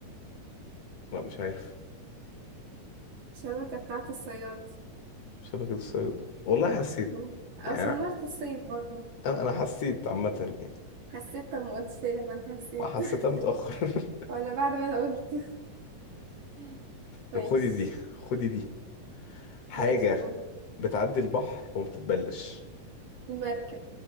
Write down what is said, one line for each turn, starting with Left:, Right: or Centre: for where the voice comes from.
Left: لا مش عارف
Right: الشبكه بتاعت الصياد
Left: شبكة الصيد والله حسيت
Right: مم.
Left: يعني
Right: او صنعت الصيد برضو
Left: انا انا حسيت عامة يعني
Right: حسيت طب ما قلتش ليه لما انت حسيت
Left: ما حسيتها متأخر <laughs>
Right: <laughs> ولا بعد ما انا قلت <laughs> ماشي
Left: طب خدي دي خدي دي حاجة
Right: ماشي قول.
Left: بتعدي البحر وما بتتبلش
Right: المركب